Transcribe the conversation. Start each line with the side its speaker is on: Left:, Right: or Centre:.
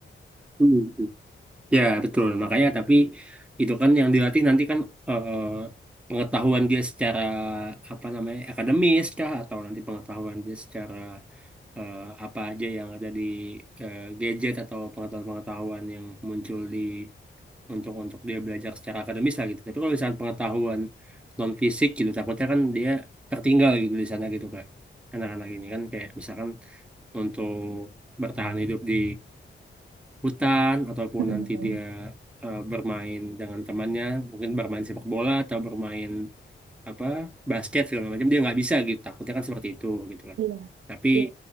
Centre: Mm-mm. Ya, betul. Makanya tapi itu kan yang dilatih nanti kan eh, pengetahuan dia secara apa namanya akademis kah atau nanti pengetahuan dia secara eh, apa aja yang ada di eh, gadget atau pengetahuan-pengetahuan yang muncul di untuk untuk dia belajar secara akademis lah gitu. Tapi kalau misalnya pengetahuan non fisik gitu takutnya kan dia tertinggal gitu di sana gitu Kak. Anak-anak ini kan kayak misalkan untuk bertahan hidup di hutan ataupun
Right: Mhm.
Centre: nanti dia eh, bermain dengan temannya mungkin bermain sepak bola atau bermain apa basket segala macam dia nggak bisa gitu takutnya kan seperti itu gitu kan
Right: Iya.
Centre: tapi
Right: Iya,